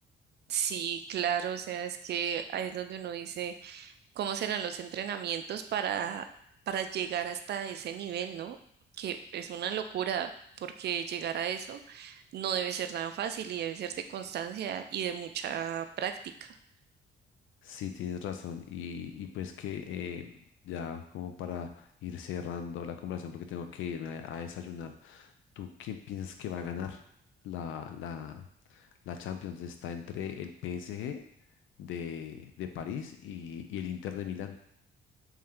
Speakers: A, on the right; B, on the left.
A: Sí, claro, o sea, es que ahí es donde uno dice... cómo serán los entrenamientos para, para llegar hasta ese nivel, ¿no? Que es una locura, porque llegar a eso no debe ser nada fácil y debe ser de constancia y de mucha práctica.
B: Sí, tienes razón. Y, y pues que eh, ya como para ir cerrando la conversación, porque tengo que irme a, a desayunar, ¿tú quién piensas que va a ganar la, la, la Champions? Está entre el PSG de, de París y, y el Inter de Milán.